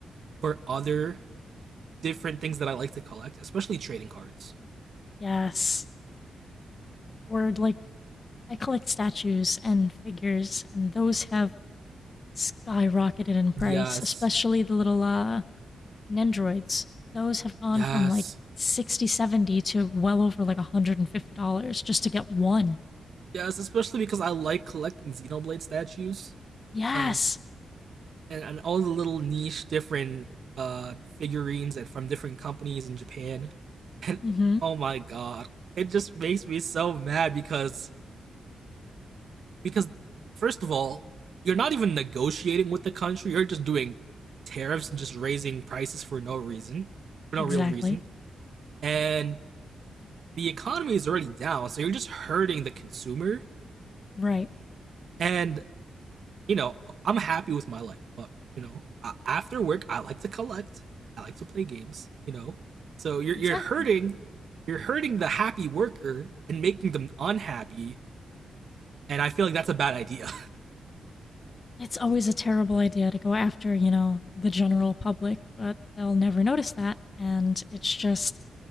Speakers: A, on the right; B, on the left.
A: for other different things that I like to collect, especially trading cards.
B: Yes. Or like I collect statues and figures and those have skyrocketed in price,
A: Yes,
B: especially the little uh Nendroids. Those have gone
A: yes,
B: from like 60, 70 to well over like $150 just to get one.
A: yes, especially because I like collecting Xenoblade statues.
B: Yes.
A: and and, and all the little niche different uh figurines and from different companies in Japan. <laughs> And
B: hmm
A: oh my god, it just makes me so mad because because first of all, you're not even negotiating with the country, you're just doing tariffs and just raising prices for no reason, for no
B: Exactly.
A: real reason. And the economy is already down, so you're just hurting the consumer.
B: Right.
A: And you know, I'm happy with my life, but you know, after work, I like to collect. I like to play games. You know, so you're
B: Exactly.
A: you're hurting, you're hurting the happy worker and making them unhappy. And I feel like that's a bad idea.
B: It's always a terrible idea to go after, you know, the general public, but they'll never notice that. And it's just